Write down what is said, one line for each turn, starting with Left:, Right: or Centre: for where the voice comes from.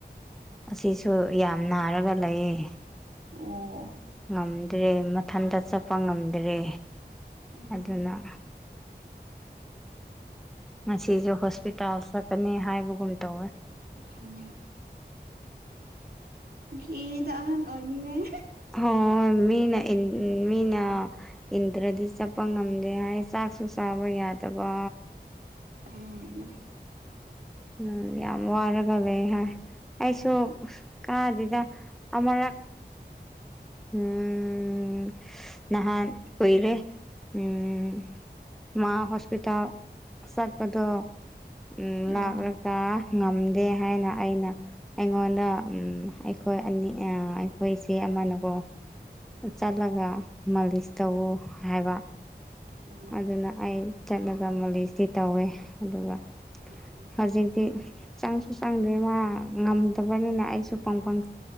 Centre: ꯑꯁꯤꯁꯨ ꯌꯥꯝ ꯅꯥꯔꯒ ꯂꯩꯌꯦ
Right: ꯑꯣ
Centre: ꯉꯝꯗ꯭ꯔꯦ ꯃꯊꯟꯇ ꯆꯠꯄ ꯉꯝꯗ꯭ꯔꯦ
Right: ꯎꯝ
Centre: ꯑꯗꯨꯅ ꯉꯁꯤꯁꯨ ꯍꯣꯁꯄꯤꯇꯥꯜ ꯆꯠꯀꯅꯤ ꯍꯥꯏꯕꯒꯨꯝ ꯇꯧꯋꯦ
Right: ꯎꯝ ꯀꯤꯗ ꯑꯍꯟ ꯑꯣꯏꯅꯉꯩ
Centre: ꯍꫭ ꯍꫭ ꯍꫭꯏ ꯃꯤꯅ ꯏꯟ ꯏꯟ ꯃꯤꯅ ꯏꯟꯗ꯭ꯔꯗꯤ ꯆꯠꯄ ꯉꯝꯗꯦ ꯍꯥꯏ ꯆꯥꯛꯁꯨ ꯆꯥꯕ ꯌꯥꯗꯕ
Right: ꯎꯝ
Centre: ꯎꯝ ꯌꯥꯝ ꯋꯥꯔꯒ ꯂꯩ ꯍꯥꯏ ꯑꯩꯁꯨ ꯎꯁ ꯀꯥꯗꯦꯗꯥ ꯑꯃꯔꯛ ꯎꯝ ꯅꯍꯥꯟ ꯀꯣꯏꯔꯦ ꯎꯝ ꯃꯥ ꯍꯣꯁꯄꯤꯇꯥꯜ ꯆꯠꯄꯗꫭ ꯎꯝ
Right: ꯑꯥ
Centre: ꯂꯥꯛ ꯇꯥ ꯉꯝꯗꯦ ꯍꯥꯏꯅ ꯑꯩꯅ ꯑꯩꯉꯣꯟꯗ ꯎꯝ ꯑꯩꯈꯣꯏ ꯑꯅꯤ ꯑꯥ ꯑꯩꯈꯣꯏ ꯆꯦ ꯑꯃꯅꯀꯣ ꯆꯠꯂꯒ ꯃꯥꯂꯤꯁ ꯇꯧꯋꫭ ꯍꯥꯏꯕ
Right: ꯎꯝ
Centre: ꯑꯗꯨꯅ ꯑꯩ ꯆꯠꯂꯒ ꯃꯥꯂꯤꯁꯇꯤ ꯇꯧꯋꯦ ꯑꯗꯨꯒ
Right: ꯎꯝ ꯎꯝ <unintelligible>
Centre: ꯍꯧꯖꯤꯛꯇꯤ ꯆꯪꯁꯨ ꯆꯪꯗꯦ ꯃꯥ ꯉꯝꯗꯕꯅꯤꯅ ꯑꯩꯁꯨ ꯄꯪ ꯄꯪ